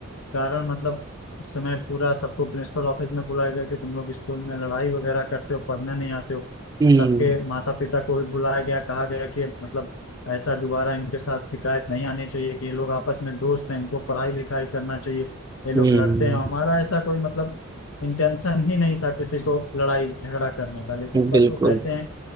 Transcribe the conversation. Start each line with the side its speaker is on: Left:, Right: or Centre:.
Left: कारण मतलब उस समय पूरा सबको प्रिंसिपल ऑफिस में बुलाया गया कि तुम लोग स्कूल में लड़ाई वगैरह करते हो पढ़ने नहीं आते हो
Right: हम्म
Left: सबके माता पिता को भी बुलाया गया कहा गया कि मतलब ऐसा दोबारा इनके साथ शिकायत नहीं आनी चाहिए कि ये लोग आपस में दोस्त हैं इनको पढ़ाई लिखाई करना चाहिए ये लोग
Right: हम्म
Left: लड़ते हैं हमारा ऐसा कोई मतलब इंटेंशन ही नहीं था किसी को लड़ाई झगड़ा करने का लेकिन
Right: बिल्कुल
Left: बस वो कहते हैं